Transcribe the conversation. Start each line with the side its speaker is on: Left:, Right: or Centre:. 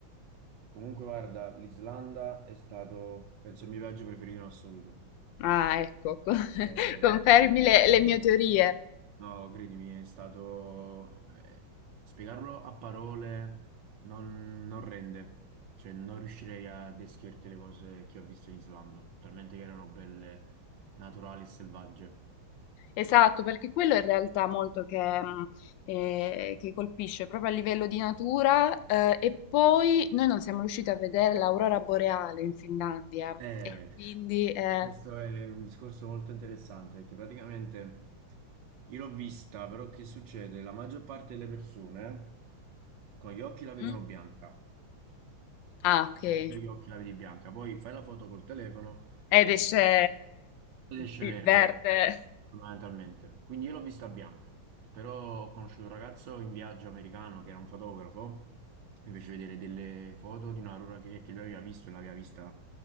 Right: Comunque, guarda, l'Islanda è stato, penso, il mio viaggio preferito in assoluto.
Left: Ah, ecco, <laughs>
Right: Cioè,
Left: confermi le le mie teorie.
Right: no, credimi, è stato... eh, spiegarlo a parole non, non rende. Cioè, non riuscirei a descriverti le cose che ho visto in Islanda, talmente che erano belle, naturali e selvagge.
Left: Esatto, perché quello è in realtà molto che, mh, eh, che colpisce proprio a livello di natura, eh, e poi noi non siamo riusciti a vedere l'aurora boreale in Finlandia
Right: Eh,
Left: e quindi... eh,
Right: Questo è un discorso molto interessante, che praticamente io l'ho vista, però che succede? La maggior parte delle persone con gli occhi la vedono
Left: mm?
Right: bianca,
Left: Ah, ok.
Right: cioè tu con gli occhi la vedi bianca, poi fai la foto col telefono
Left: Ed esce
Right: ed esce
Left: il
Right: verde,
Left: verde.
Right: fondamentalmente. Quindi io l'ho vista bianca, però ho conosciuto un ragazzo in viaggio americano che era un fotografo, mi fece vedere delle foto di una Aurora che, che lui aveva visto e l'aveva vista